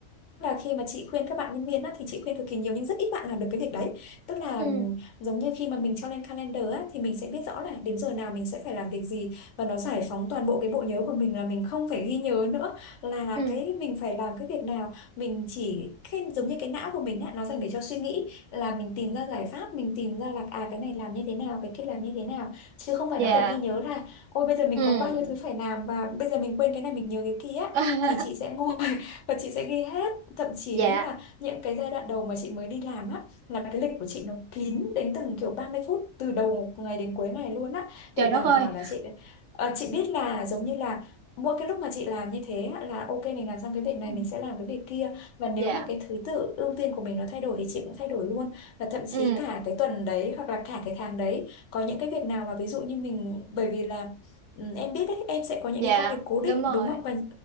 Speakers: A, on the left (about 65°); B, on the right (about 70°).
A: là khi mà chị khuyên các bạn nhân viên á, thì chị khuyên cực kỳ nhiều nhưng rất ít bạn làm được cái việc đấy tức là
B: ừ
A: ừm, giống như khi mà mình cho lên calendar á, thì mình sẽ biết rõ là đến giờ nào mình sẽ phải làm việc gì và nó giải phóng toàn bộ cái bộ nhớ của mình là mình không phải ghi nhớ nữa là
B: ừ
A: cái mình phải làm cái việc nào mình chỉ cái, giống như cái não của mình á, nó dành để cho suy nghĩ là mình tìm ra giải pháp mình tìm ra là à cái này làm như thế nào cái kia làm như thế nào chứ không phải
B: dạ
A: nó để ghi nhớ là ôi bây giờ mình
B: ừ
A: có bao nhiêu thứ phải làm và bây giờ mình quên cái này mình nhớ cái kia á."
B: <laughs>
A: thì chị sẽ ngồi <laughs> và chị sẽ ghi hết thậm chí
B: dạ
A: nhá là những cái giai đoạn đầu mà chị mới đi làm á là cái lịch của chị nó kín đến từng kiểu ba mươi phút từ đầu ngày đến cuối ngày luôn á
B: trời
A: để đảm
B: đất ơi
A: bảo là chị ờ, chị biết là giống như là mỗi cái lúc mà chị làm như thế á, là ok mình làm xong cái việc này
B: Ừ,
A: mình sẽ làm cái việc kia và nếu
B: dạ
A: mà cái thứ tự ưu tiên của mình nó thay đổi thì chị cũng thay đổi luôn và thậm chí
B: ừ
A: cả cái tuần đấy hoặc là cả cái tháng đấy có những cái việc nào mà ví dụ như mình bởi vì là ừ, em biết đấy em sẽ có những
B: dạ
A: cái công việc cố định
B: đúng rồi
A: đúng không và